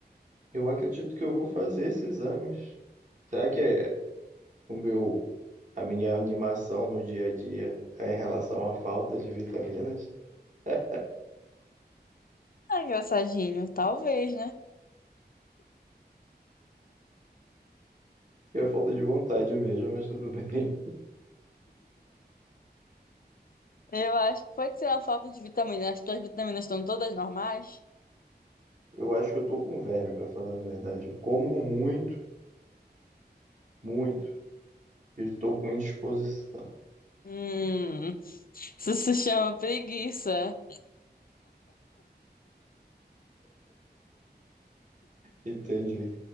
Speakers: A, on the right; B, on the left.
A: Eu acredito que eu vou fazer esses exames. Será que é o meu, a minha animação no dia a dia é em relação à falta de vitaminas? <laughs>
B: Ah, engraçadinho, talvez, né?
A: É falta de vontade mesmo, mas tudo <laughs> bem.
B: Eu acho que pode ser uma falta de vitamina. As tuas vitaminas estão todas normais?
A: Eu acho que eu tô com verme, para falar a verdade. Eu como muito, muito, e estou com indisposição.
B: Hum, <laughs> isso se chama preguiça.
A: Entendi.